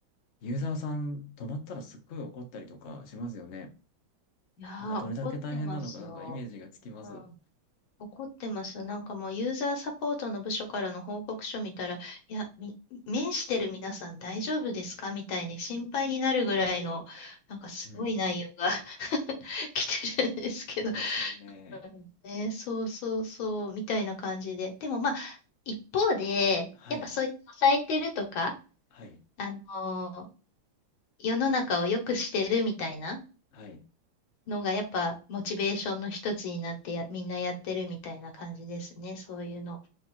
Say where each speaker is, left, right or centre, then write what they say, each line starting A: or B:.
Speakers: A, on the left (about 60°); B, on the left (about 75°).
A: ユーザーさん止まったらすっごい怒ったりとかしますよね。
B: いやー、
A: なんか、どれだけ大変なのか、
B: 怒ってますよ。
A: なんかイメージがつきます。
B: うん怒ってますよ。なんかもうユーザーサポートの部署からの報告書見たら、いや、み、面してる皆さん大丈夫ですかみたいに心配になるぐらいの、なんかすごい内容が
A: うん。うん
B: <laughs> 来てるんですけど。
A: そうですよね。
B: うんね、そうそうそう、みたいな感じで。でもまあ、一方で、
A: はい。
B: やっぱそういう抑えてるとか、
A: はい。
B: あのー世の中を良くしてるみたいな
A: はい。
B: のが、やっぱモチベーションの一つになってやみんなやってるみたいな感じですね、そういうの。